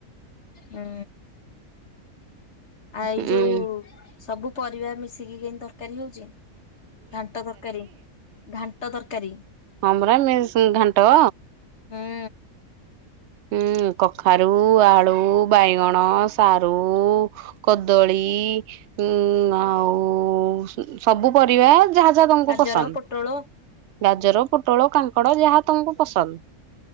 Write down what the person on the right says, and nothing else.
ଉଁ
ହଁ ପରା ମେନ୍ ସୁ ଘାଣ୍ଟ।
ହୁଁ। କଖାରୁ, ଆଳୁ, ବାଇଗଣ, ସାରୁ, କଦଳୀ ଉଁ ଆଉ ସବୁ ପରିବା ଯାହା ଯାହା ତମକୁ
ପସନ୍ଦ
ଗାଜର ପୋଟଳ କାଙ୍କଡ଼ ଯାହା ତଙ୍କୁ ପସନ୍ଦ